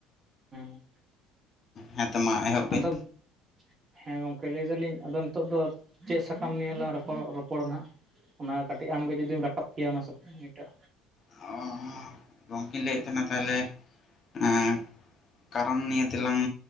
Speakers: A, on the right; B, on the left.
A: ᱮ
B: ᱦᱮᱸᱛᱚ ᱢᱟ ᱮᱦᱚᱵ ᱵᱤᱱ
A: ᱟᱫᱚ ᱦᱮᱸ ᱜᱚᱝᱠᱮ ᱞᱟᱹᱭ ᱫᱟᱞᱤᱧ ᱟᱫᱚ ᱱᱤᱛᱚᱜ ᱫᱚ ᱪᱮᱫ ᱥᱟᱠᱟᱢ ᱱᱤᱭᱟᱹ ᱞᱟᱝ ᱨᱚᱯᱚᱲ ᱨᱚᱯᱚᱲᱟ ᱱᱟᱜ ᱚᱱᱟ ᱠᱟᱹᱴᱤᱡ ᱟᱢᱜᱮ ᱡᱩᱫᱤᱢ ᱨᱟᱠᱟᱵ ᱠᱮᱭᱟ ᱚᱱᱟ ᱥᱟᱛ <unintelligible> ᱴᱟᱜ
B: ᱚ ᱜᱚᱝᱠᱮᱧ ᱞᱟᱹᱭᱮᱫ ᱛᱟᱦᱮᱸᱱᱟ ᱛᱟᱦᱚᱸᱞᱮ ᱮ ᱠᱟᱨᱟᱢ ᱱᱤᱭᱮ ᱛᱮᱞᱟᱝ